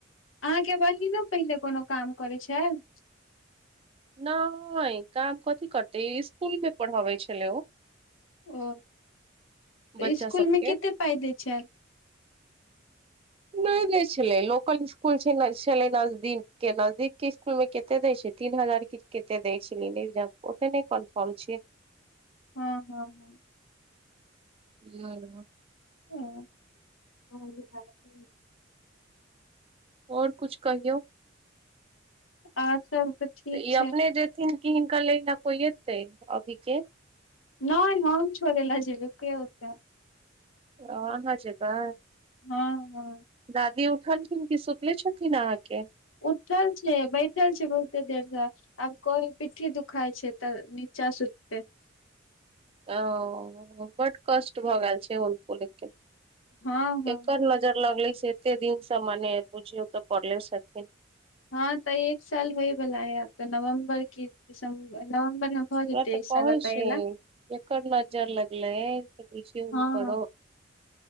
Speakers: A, on the left (about 80°); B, on the right (about 30°).
A: अहाँके बहिनो पहिले कोनो काम करै छल
B: नहि काम कथी करते इसकुल मे पढ़बै छलै ओ
A: ओ
B: बच्चा
A: इसकुल
B: सबके
A: मे कते पाइ दै छै
B: नहि जे छलै लोकल इसकुल छलै नजदीक के नजदीक के इसकुल मे त दै छै तीन हजार क कत दै छै र ओत नहि कनफर्म छिय
A: हँ हँ हँ
B: ह <inaudible>
A: ह
B: आओर कुछु कहियौ
A: आओर सब ठीक
B: तऽ ई
A: छै
B: अपने जेथिन कि हिनका लै ल को एतै अभी के
A: नहि हमम छोड़ ल जब क होतै
B: ओ अहाँ जेबै
A: हँ हँ
B: दादी उठलखिन क सुतले छथिन अहाँके
A: उठल छै बैठल छै बहुते देरसँ आब कोइ पिट्ठी दुखााय छै तऽ नीचा सुतते
B: ओ बड कष्ट भऽ गेल छै होल फूलके
A: हँ हँ
B: एकर नजर लगली छै एते दिनसँ मने बुझियौ तऽ पड़ले छथिन
A: हँ तऽ एक साल होय बला है आब तो नवम्बर क दिसम्बर नवम्बर मे भऽ जेतै
B: इह तऽ
A: एक साल
B: कहै
A: एतऽ
B: छी
A: एला
B: एक नजर लगलै उन
A: हँ
B: कर